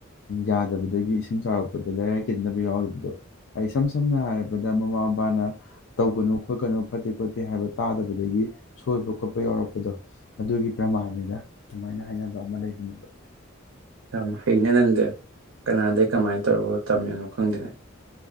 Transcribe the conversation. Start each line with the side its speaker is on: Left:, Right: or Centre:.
Left: ꯌꯥꯗꯕꯗꯒꯤ ꯏꯁꯤꯡ ꯆꯥꯎꯔꯛꯄꯗ ꯂꯩꯔꯥꯏ ꯀꯤꯟꯕꯗ ꯌꯥꯎꯔꯤꯕꯗꯣ ꯑꯩ ꯏꯁꯝ ꯁꯝꯅ ꯍꯥꯏꯔꯕꯗ ꯃꯃꯥ ꯃꯄꯥꯅ ꯇꯧꯒꯅꯨ ꯈꯣꯠꯀꯅꯨ ꯐꯠꯇꯦ ꯈꯣꯠꯇꯦ ꯍꯥꯏꯕ ꯇꯥꯗꯕꯗꯒꯤ ꯁꯣꯏꯕ ꯈꯣꯠꯄ ꯌꯥꯎꯔꯛꯄꯗꯣ ꯑꯗꯨꯒꯤ ꯄ꯭ꯔꯃꯥꯟꯅꯤꯅ ꯑꯗꯨꯃꯥꯏꯅ ꯍꯥꯏꯅꯕ ꯑꯃ ꯂꯩꯕꯅꯦꯕ
Right: ꯌꯥꯝ ꯍꯩꯅ ꯅꯪꯗꯦ ꯀꯅꯥꯗꯒꯤꯩ ꯀꯃꯥꯏꯅ ꯇꯧꯔꯣ ꯇꯝꯃꯤꯅꯣ ꯈꯪꯗꯦꯅꯦ